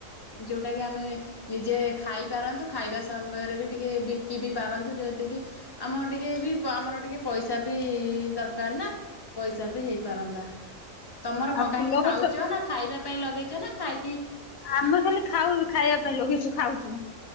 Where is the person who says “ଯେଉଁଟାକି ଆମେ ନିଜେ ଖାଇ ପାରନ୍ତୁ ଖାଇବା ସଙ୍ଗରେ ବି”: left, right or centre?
Left